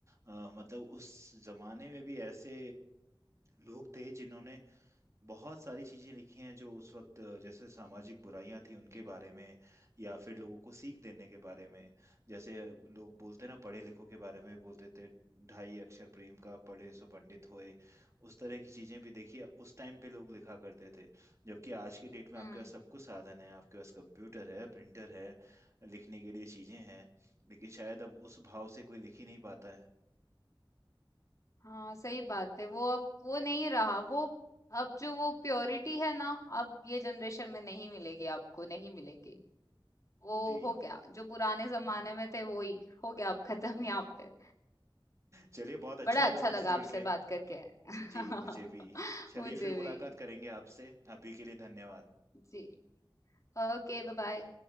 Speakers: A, on the right; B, on the left.
A: अ, मतलब उस जमाने में भी ऐसे लोग थे जिन्होंने बहुत सारी चीजें लिखी हैं जो उस वक्त अ, जैसे सामाजिक बुराइयां थी उनके बारे में या फिर लोगों को सीख देने के बारे में जैसे लोग बोलते ना पढ़े लिखों के बारे में बोलते थे ढाई अक्षर प्रेम का पढ़े सो पंडित होए उस तरह की चीजें भी देखिए उस टाइम पे लोग लिखा करते थे जबकि आज के डेट में
B: हुँ।
A: आपके पास सब कुछ साधन है आपके पास कंप्यूटर है प्रिंटर है लिखने के लिए चीजें हैं लेकिन शायद अब उस भाव से कोई लिख ही नहीं पाता है
B: हाँ, सही बात है। वो अब वो नहीं रहा, वो अब जो वो प्योरिटी है ना, अब ये जनरेशन में नहीं मिलेगी आपको, नहीं मिलेगी। वो
A: जी
B: हो गया, जो पुराने ज़माने में थे वो ही हो गया अब खत्म यहाँ पे।
A: चलिए बहुत अच्छा
B: बड़ा
A: लगा
B: अच्छा
A: आपसे
B: लगा
A: जुड़
B: आपसे
A: के
B: बात करके <laughs>
A: जी मुझे भी चलिए
B: मुझे
A: फिर मुलाकात
B: भी
A: करेंगे आपसे अभी के लिए धन्यवाद
B: जी Okay bye bye